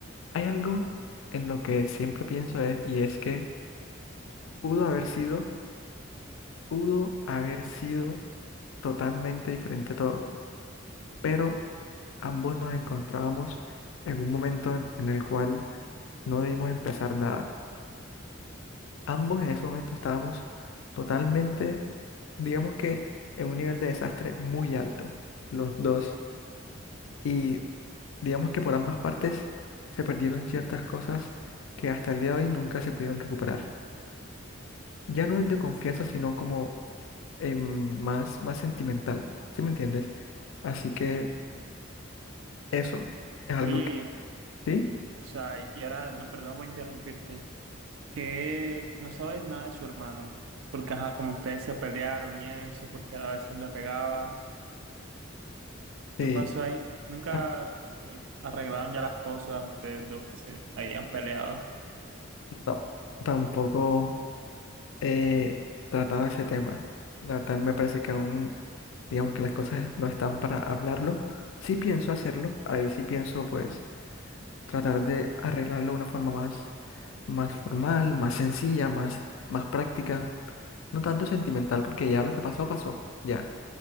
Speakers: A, on the left; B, on the right.
A: hay algo en lo que siempre pienso es y es que Pudo haber sido, pudo haber sido totalmente diferente todo, pero ambos nos encontrábamos en un momento en en el cual no debimos empezar nada. Ambos en ese momento estábamos totalmente, digamos que en un nivel de desastre muy alto, los dos. Y digamos que por ambas partes se perdieron ciertas cosas que hasta el día de hoy nunca se pudieron recuperar. Ya no es de confianza, sino como em, más, más sentimental, ¿sí me entiendes? Así que eso es algo
B: Oye,
A: que
B: ella,
A: sí,
B: o sea, y ahora, no, perdón por interrumpirte, que no sabes nada de su hermano, porque, ajá, como ustedes se pelearon y eso, porque él a veces le pegaba. ¿Qué
A: sí,
B: pasó ahí? Nunca
A: ah,
B: pues, arreglaron ya las cosas ustedes dos que se habían peleado.
A: no, tampoco he tratado ese tema. La verdad me parece que aún, digamos que las cosas no están para hablarlo. Sí pienso hacerlo, ahí sí pienso pues tratar de arreglarlo de una forma más, más formal, más sencilla, más, más práctica. No tanto sentimental, porque ya lo que pasó, pasó. Ya.